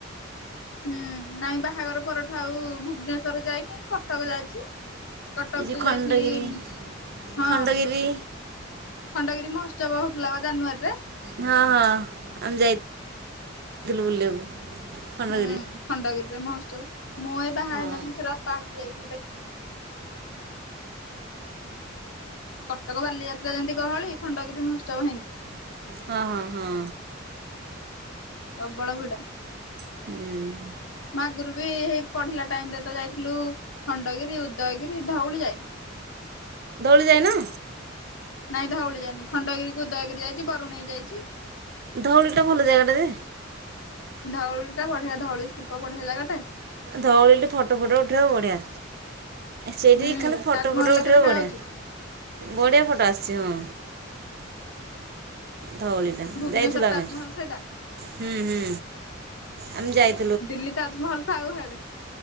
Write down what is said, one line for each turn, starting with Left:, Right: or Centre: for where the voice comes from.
Left: ହୁଁ ନାଇଁ ବାହାଘର ପରଠୁ ଆଉ ଭୁବନେଶ୍ୱର ଯାଇନି। କଟକ ଯାଇଛି କଟକ
Right: ଏଇ ଯେଉଁ
Left: ଯୋଉ
Right: ଖଣ୍ଡଗିରି
Left: ଯାଇଥିଲି ହଁ
Right: ଖଣ୍ଡଗିରି
Left: ଖଣ୍ଡଗିରି ମହୋତ୍ସବ ହଉଥିଲା ବା ଜାନୁଆରୀରେ।
Right: ହଁ ହଁ ଆମେ ଯାଇୁଥିଲୁ ବୁଲିବାକୁ। ଖଣ୍ଡଗିରି
Left: ହୁଁ ଖଣ୍ଡଗିରିରେ ମହୋତ୍ସବ। ମୁଁ ଏ ବାହା
Right: ହଁ
Left: ହେଇନଥିଲି ଥରେ ଅପା ହଟି ଯାଇଥିଲି ଦେଖି। କଟକ ବାଲିଯାତ୍ରା ଯେମିତି ଗହଳି ଖଣ୍ଡଗିରି ମହୋତ୍ସବ ହେମିତି।
Right: ହଁ ହଁ ହଁ।
Left: ପ୍ରବଳ ଭିଡା।
Right: ହୁଁ।
Left: ମାଗରୁ ବି ହେଇ ପଢିଲା ଟାଇମ ରେ ତ ଯାଇଥିଲୁ ଖଣ୍ଡଗିରି, ଉଦୟଗିରି ଧଉଳି ଯାଇନି।
Right: ଦଉଳି ଯାଇନ?
Left: ନାଇଁ ଧଉଳି ଯାଇନି ଖଣ୍ଡଗିରି କୁ ଉଦୟଗିରି ଯାଇଛି ବରୁଣେଇ ଯାଇଛି।
Right: ଧଉଳି ଟା ଭଲ ଜାଗା ଟା ଯେ
Left: ଧଉଳି ଟା ବଢିଆ ଧଉଳି ସ୍ତୂପ ବଢ଼ିଆ ଜାଗା ଟେ।
Right: ଧଉଳି ରେ ଫଟୋ ଫଟ ଉଠେଇ ଆକୁ ବଢିଆ। ସେଇଠି
Left: ହୁଁ
Right: କି ଖାଲି ଫଟୋ
Left: ତାଜମହଲ
Right: ଫଟୋ
Left: ଲେଖେ
Right: ଉଠେଇ
Left: ଦେଖା
Right: ବାକୁ ବଢିଆ।
Left: ଯାଉଛି
Right: ବଢିଆ ଫଟୋ ଆସିଛି, ହଁ। ଧଉଳି ଟା
Left: ଭୁବନେଶ୍ୱର
Right: ଯାଇଥିଲୁ ଆମେ।
Left: ତାଜମହଲ ସେଇଟା
Right: ହୁଁ ହୁଁ ଆମେ ଯାଇ
Left: ଦିଲ୍ଲୀ ତାଜମହଲ ଥାଉ ହାଡେ